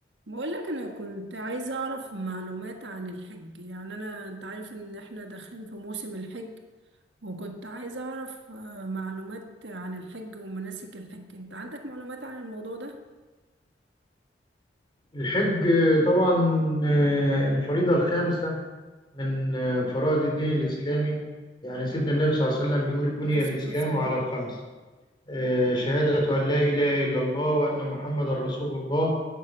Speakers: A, on the right (about 75°); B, on the left (about 25°).
A: بقول لك انا كنت عايزه اعرف معلومات عن الحج يعني انا انت عارف ان احنا داخلين في موسم الحج وكنت عايزه اعرف آه، معلومات عن الحج ومناسك الحج انت عندك معلومات عن الموضوع ده
B: الحج طبعا آه، الفريضة الخامسة من آه، فرائض الدين الإسلامي يعني سيدنا النبي صلى الله عليه وسلم بيقول بني
A: عليه الصلاه
B: الإسلام
A: والسلام
B: على
A: عليه
B: خمس آه، شهادة أن لا إله إلا الله وأن محمد رسول الله